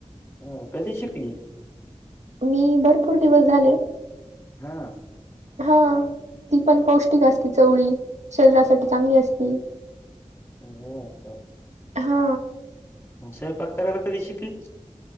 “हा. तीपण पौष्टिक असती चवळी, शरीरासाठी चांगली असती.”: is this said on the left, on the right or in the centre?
Right